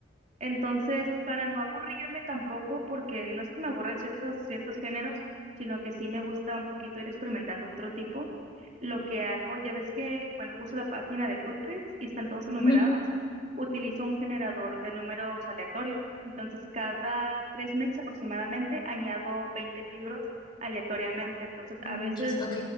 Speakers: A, on the right (about 40°); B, on the left (about 25°).
A: Entonces, para no aburrirme tampoco, porque no es que me aburren ciertos, ciertos géneros, sino que sí me gusta un poquito ir experimentando otro tipo, lo que hago, ya ves que, bueno, uso la página de Goodreads y están todos enumerados,
B: Ujú.
A: utilizo un generador de números aleatorio. Entonces, cada tres meses aproximadamente añado 20 libros aleatoriamente. Entonces,
B: Muchas,
A: a veces
B: ok.